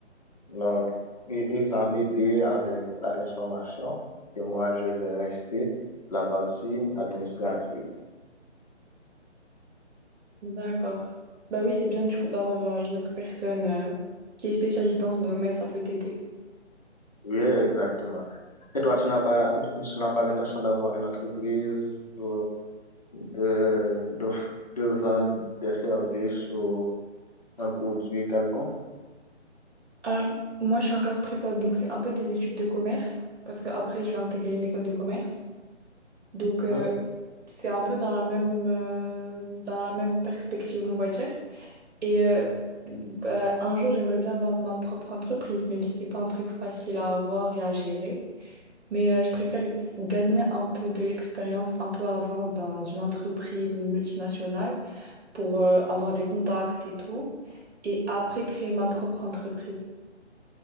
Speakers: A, on the left (about 35°); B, on the right (about 65°).
A: Donc, il, il va m'aider avec la transformation et moi, je vais rester la partie administrative.
B: D'accord. Bah oui, c'est bien du coup d'avoir euh, une autre personne euh, qui est spécialiste dans ce domaine, ça peut t'aider.
A: Oui, exactement. Et toi, tu n'as pas, tu n'as pas l'intention d'avoir une entreprise pour- de, de, de vendre des services ou un produit quelconque?
B: Alors, moi je suis en classe prépa, donc c'est un peu des études de commerce, parce que après je vais intégrer une école de commerce. Donc
A: Mhm.
B: euh, c'est un peu dans la même, euh, dans la même perspective, on va dire. Et euh, bah, un jour j'aimerais bien avoir ma propre entreprise, même si c'est pas un truc facile à avoir et à gérer. Mais euh, je préfère gagner un peu de l'expérience un peu avant dans une entreprise ou une multinationale pour euh, avoir des contacts et tout, et après créer ma propre entreprise.